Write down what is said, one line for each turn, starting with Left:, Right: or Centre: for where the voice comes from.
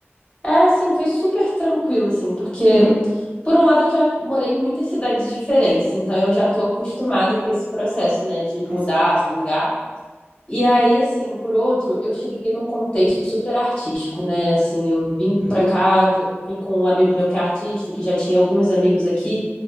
Left: É, assim, foi super tranquilo, assim, porque,
Right: Uhum.
Left: por um lado, eu já morei em muitas cidades diferentes, então eu já tô acostumada com esse processo, né, de mudar
Right: Pois.
Left: para um lugar. E aí, assim, por outro, eu cheguei num contexto super artístico, né? Assim, eu vim
Right: Hum,
Left: pra
Right: hum,
Left: cá, já vim com um amigo meu que é artista, que já tinha alguns amigos aqui,